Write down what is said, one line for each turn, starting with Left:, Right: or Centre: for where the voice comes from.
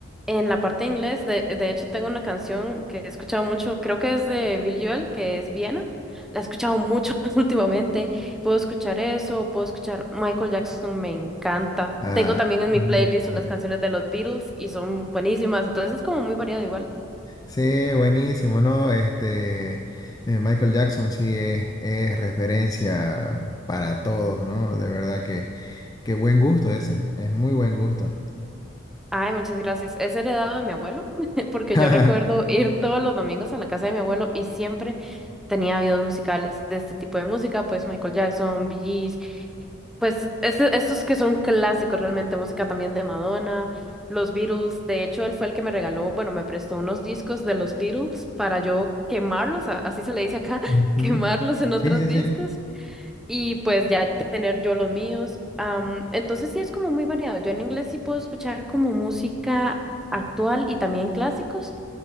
Centre: en la parte de inglés. De, de hecho, tengo una canción que he escuchado mucho, creo que es de Bill Joel, que es Viena. La he escuchado mucho <laughs> últimamente. Puedo escuchar eso, puedo escuchar Michael Jackson, me encanta.
Left: Ah,
Centre: Tengo también en
Left: muy
Centre: mi playlist
Left: bueno.
Centre: unas canciones de los Beatles y son buenísimas. Entonces es como muy variado igual.
Left: sí, buenísimo, ¿no? Este, eh, Michael Jackson sí es, es referencia para todos, ¿no? De verdad que, qué buen gusto ese, es muy buen gusto.
Centre: Ay, muchas gracias. Es heredado de mi abuelo, <laughs> porque
Left: <laughs>
Centre: yo recuerdo ir todos los domingos a la casa de mi abuelo y siempre tenía videos musicales de este tipo de música, pues Michael Jackson, Bee Gees, pues este- estos que son clásicos realmente, música también de Madonna, los Beatles, de hecho él fue el que me regaló, bueno, me prestó unos discos de los Beatles para yo quemarlos, a- así se le dice acá, <laughs>
Left: Ujú.
Centre: quemarlos en otros
Left: Sí, sí,
Centre: discos
Left: sí.
Centre: y pues ya tener yo los míos. Am, entonces sí es como muy variado. Yo en inglés sí puedo escuchar como música actual y también clásicos.